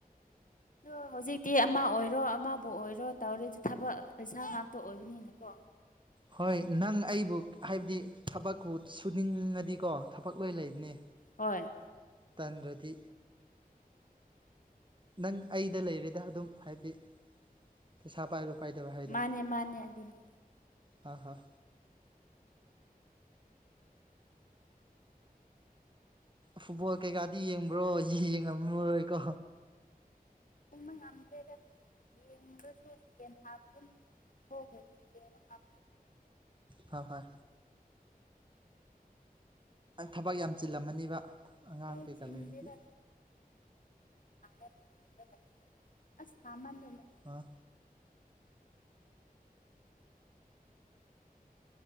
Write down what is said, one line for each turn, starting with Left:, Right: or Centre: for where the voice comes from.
Left: ꯑ ꯍꯧꯖꯤꯛꯇꯤ ꯑꯃ ꯑꯣꯏꯔꯣ ꯑꯃꯕꯨ ꯑꯣꯏꯔꯣ ꯇꯧꯔꯤꯗꯤ ꯊꯕꯛ ꯄꯩꯁꯥ ꯉꯥꯛꯇ ꯑꯣꯏꯕꯅꯤꯅꯀꯣ
Right: ꯍꯣꯏ ꯅꯪ ꯑꯩꯕꯨ ꯍꯥꯏꯕꯗꯤ ꯊꯕꯛꯄꯨ ꯁꯨꯅꯤꯡꯉꯗꯤꯀꯣ ꯊꯕꯛ ꯂꯣꯏ ꯂꯩꯕꯅꯦ
Left: ꯍꯣꯏ
Right: ꯇꯟꯗ꯭ꯔꯗꯤ ꯅꯪ ꯑꯩꯗ ꯂꯩꯔꯤꯦꯗ ꯑꯗꯨꯝ ꯍꯥꯏꯕꯗꯤ ꯄꯩꯁꯥ ꯄꯥꯏꯕ ꯄꯥꯏꯗꯕ ꯍꯥꯏꯗꯣ
Left: ꯃꯥꯅꯦ ꯃꯥꯅꯦ ꯑꯗꯨꯅꯤ
Right: ꯍꯣꯏ ꯍꯣꯏ ꯐꯨꯠꯕꯣꯜ ꯀꯩꯀꯥꯗꯤ ꯌꯦꯡꯕ꯭ꯔꯣ ꯍꯧ ꯌꯦꯡꯉꯝꯃꯔꯣꯏꯀꯣ
Left: ꯅ ꯃ ꯉꯝꯗ꯭ꯔꯦꯗ ꯑꯗꯨ <inaudible> ꯌꯦꯦꯡꯕꯁꯨꯁꯤꯗꯦꯟ ꯍꯥꯥ ꯄꯨꯨꯝ ꯊ ꯍ꯭ꯔ ꯍꯗꯦ ꯅꯍ
Right: ꯍ ꯍꯣꯏ ꯊꯕꯛ ꯌꯥꯝ ꯆꯤꯜꯂꯝꯃꯅꯤꯕ ꯑꯉꯥꯡ
Left: ꯍ
Right: ꯀꯩꯀꯥ
Left: ꯆꯤꯟꯗꯗ
Right: ꯂꯩꯔꯗꯤ
Left: ꯑꯗꯨ <inaudible> ꯑꯁꯃꯅꯦ <inaudible>
Right: ꯑꯥ